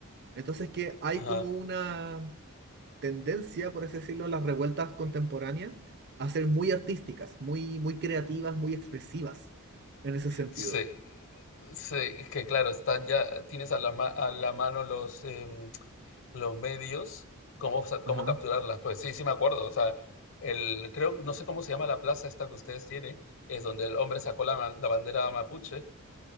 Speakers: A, on the right; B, on the left.
A: Entonces que hay
B: Ajá.
A: como una tendencia, por así decirlo, las revueltas contemporáneas a ser muy artísticas, muy, muy creativas, muy expresivas en ese sentido.
B: Sí, sí, es que claro, están ya, tienes a la, ma- a la mano los, em, los medios, cómo, sa- cómo
A: Ajá.
B: capturarlas. Pues sí, sí me acuerdo. O sea, el, creo, no sé cómo se llama la plaza esta que ustedes tienen, es donde el hombre sacó la, ma- la bandera mapuche,